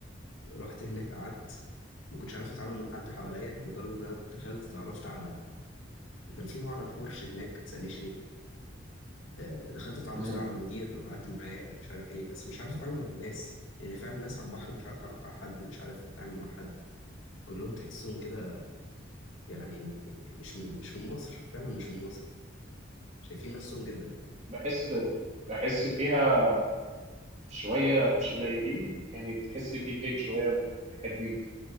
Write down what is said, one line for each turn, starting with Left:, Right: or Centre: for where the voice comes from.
Left: رحت هناك قعدت ما كنتش عارف اتعامل مع حد حواليا لدرجه ان انا دخلت اتعرفت على كان في معرض بورش هناك ما تسألنيش ليه آه، دخلت اتعرفت
Right: مم.
Left: على المدير وقعدت معاه ومش عارف ايه بس مش عارف اتعامل مع الناس يعني فعلا الناس على البحر مش عارف اتعرف على حد مش عارف اتعامل مع حد كلهم تحسهم كده يعني مش من مش من مصر فعلا مش من مصر شايفين نفسهم جدا
Right: بحس بحس فيها شوية مش قليلين يعني تحس في فيك شوية حلوين